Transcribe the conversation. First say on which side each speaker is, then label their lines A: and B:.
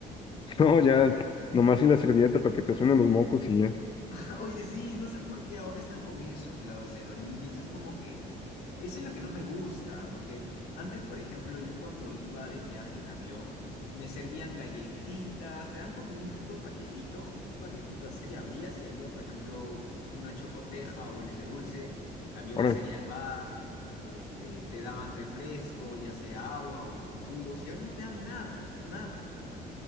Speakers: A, on the left (about 30°); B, on the left (about 85°).
A: no, ya, nomás y la servilleta para que te suenen los mocos y ya.
B: <laughs> Oye, sí, no sé por qué ahora están con eso en las aerolíneas. Es como que eso es lo que no me gusta, porque antes, por ejemplo, yo cuando iba de viaje en avión, me servían galletitas, te dan como un tipo de paquetito, un paquetito así, abrías y había, por ejemplo, una chocoteja o bueno, ese dulce, había
A: Ahora,
B: un cereal bar, este, te daban refresco, ya sea agua o, o frugos, y ahora no te dan nada, nada.